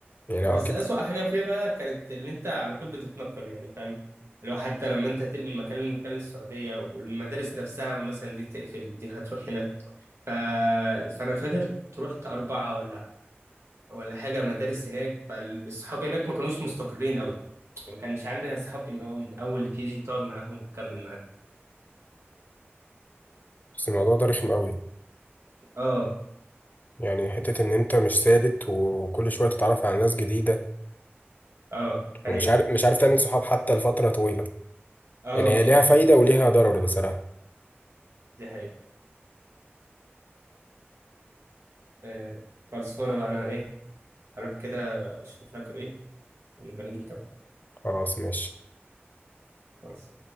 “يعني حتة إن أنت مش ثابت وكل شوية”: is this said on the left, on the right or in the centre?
Left